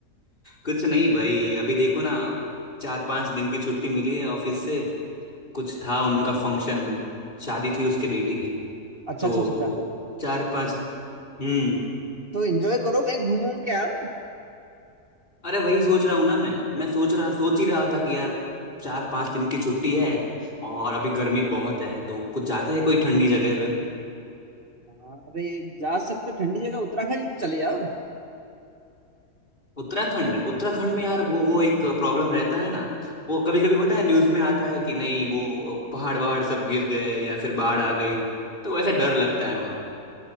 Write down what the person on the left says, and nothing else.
कुछ नहीं भाई अभी देखो ना चार पांच दिन की छुट्टी मिली है ऑफिस से कुछ था उनका फंक्शन शादी थी उसके बेटे की
तो
चार पांच हम्म
अरे वही सोच रहा हूँ ना मैं मैं सोच रहा सोच ही रहा था कि यार चार पांच दिन की छुट्टी है और अभी गर्मी बहुत है तो कुछ जाते हैं कोई ठंडी जगह
उत्तराखंड उत्तराखंड में यार वो वो एक प्रॉब्लम रहता है ना वो कभी कभी पता है न्यूज में आता है कि नहीं वो पहाड़ वहाड़ सब गिर गए या फिर बाढ़ आ गई तो वैसे डर लगता है वहां